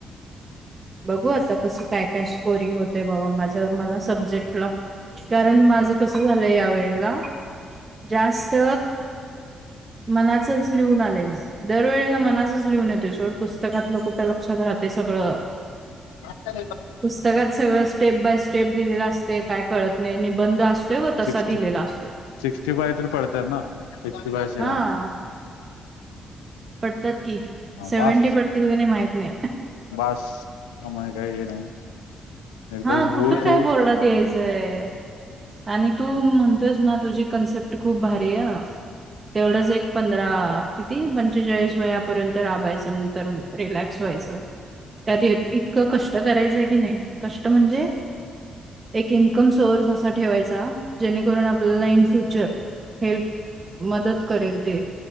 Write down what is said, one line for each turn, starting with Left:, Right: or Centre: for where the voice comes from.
Right: बघू आता कसं काय काय स्कोरिंग होते बाबा माझ्या मला सब्जेक्टला कारण माझं कसं झालंय या वेळेला जास्त मनासच लिहून आले नाही दरवेळेला मनासच लिहून येतो. सोड पुस्तकातलं कुठे लक्षात राहते सगळं
Left: म
Right: पुस्तकात सगळं स्टेप बाय स्टेप दिलेला असते काय कळतं नाही निबंध असतोय व तसा
Left: सिक्स्टी
Right: दिलेला असतो.
Left: सिक्स्टी फाय तर पडतय ना सिक्स्टी फाय सेव्हन्टी
Right: हा. पडतात की
Left: हा
Right: सेव्हनटी
Left: बास
Right: पडतील का नाही माहित नाही
Left: बास आम्हाला काय नाही एकदा
Right: हा कुठे
Left: हो
Right: काय
Left: तो
Right: बोरडात यायस व्हय आणि तू म्हणतोयस ना तुझी कन्सेप्ट खूप भारी आहे. तेवढंच एक पंधरा किती पंचेचाळीस वयापर्यंत राबायचं नंतर रिलॅक्स व्हायचं. त्यात इतकं कष्ट करायचंय की नाही कष्ट म्हणजे एक इन्कम सोर्स असा ठेवायचा जेणेकरून आपल्याला इन फ्युचर हेल्प मदत करेल ते